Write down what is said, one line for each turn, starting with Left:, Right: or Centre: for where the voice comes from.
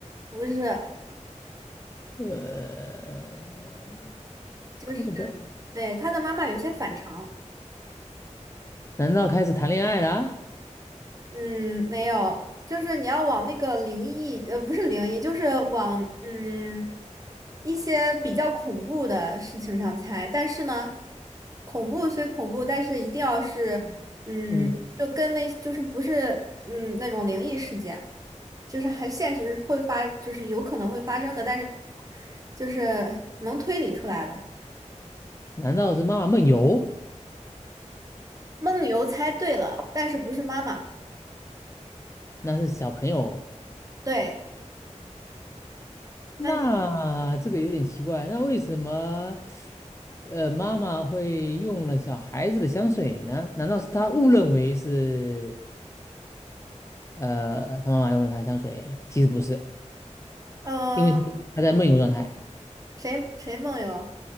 Right: 不是，
Left: 呃
Right: 就是
Left: ，cosplay，
Right: 对他的妈妈有些反常。
Left: 难道开始谈恋爱了？
Right: 嗯，没有，就是你要往那个灵异，呃，不是灵异，就是往嗯一些比较恐怖的事情上猜。但是呢，恐怖虽恐怖，但是一定要是嗯，
Left: 嗯，嗯
Right: 就跟那就是不是嗯那种灵异事件，就是还现实会发，就是有可能会发生的，但是就是能推理出来的。
Left: 难道是妈妈梦游？
Right: 梦游猜对了，但是不是妈妈。
Left: 那是小朋友，
Right: 对。
Left: 那这个有点奇怪，
Right: 那你，
Left: 那为什么，呃，妈妈会用了小孩子的香水呢？难道是她误认为是，呃，她妈妈用了她的香水？其实不是，
Right: 呃，
Left: 因为她在梦游状态，
Right: 谁谁梦游？